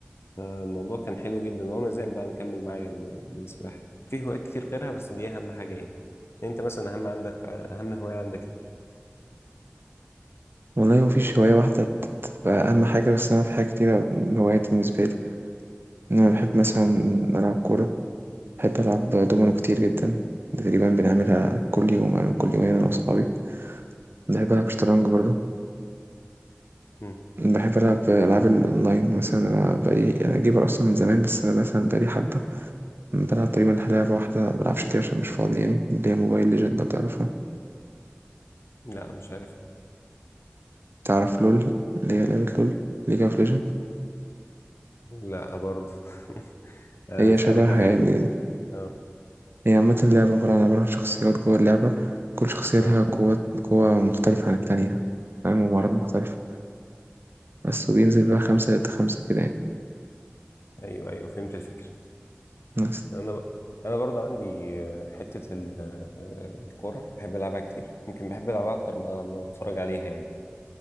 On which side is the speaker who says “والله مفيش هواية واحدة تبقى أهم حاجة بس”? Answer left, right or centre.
Right